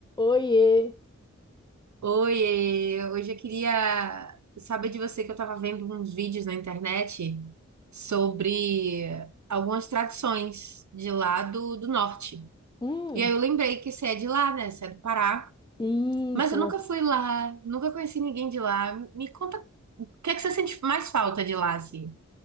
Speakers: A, on the left; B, on the right.
A: Oiê!
B: Oi, hoje eu queria saber de você que eu estava vendo uns vídeos na internet sobre algumas tradições de lá do, do norte.
A: Hum,
B: E aí eu lembrei que você é de lá, né? Você é do Pará.
A: isso,
B: Mas eu
A: mas...
B: nunca fui lá, nunca conheci ninguém de lá. Me conta, o que é que você sente mais falta de lá, assim?